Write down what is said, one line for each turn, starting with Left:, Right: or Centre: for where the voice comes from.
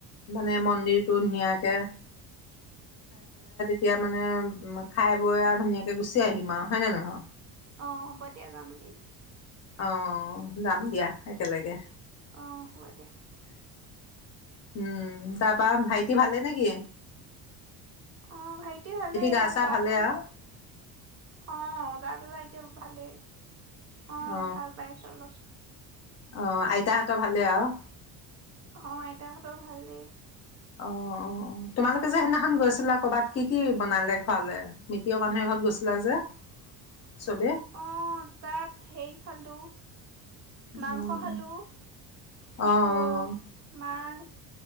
Left: মানে মন <unintelligible> টো নিয়াকে এতিয়া মানে খাই-বৈ আৰু ধুনীয়াকৈ গুচি আহিম আও। হয় নে নহয়?
Right: অ হ'ব দিয়া। যাম এদিন।
Left: অ', যাম দিয়া একেলগে।
Right: অ', হ'ব দিয়া।
Left: উম। তাৰপা ভাইটি ভালে নেকি?
Right: অ' ভাইটি ভালেই,
Left: গা
Right: তাৰ
Left: চা
Right: গাটো,
Left: ভালে আৰু
Right: অ' গাটো তাৰ এতিয়া ভালেই। অঁ,
Left: অ
Right: ভাল পাইছে অলপ।
Left: অঁ, আইতাহঁতৰ ভালেই আও?
Right: অ, আইতাহঁতৰো ভালেই।
Left: অ-অ-অ। তোমালোকে যে সেইদিনাখন গৈছিলা কৰ'বাত কি কি বনালে, খোৱালে? মিতিৰৰ মানুহ এঘৰত গৈছিলা যে! চবে
Right: অ', তাত সেই খালো মাংস
Left: উম
Right: খালো,
Left: অ', অ',
Right: আকৌ মাছ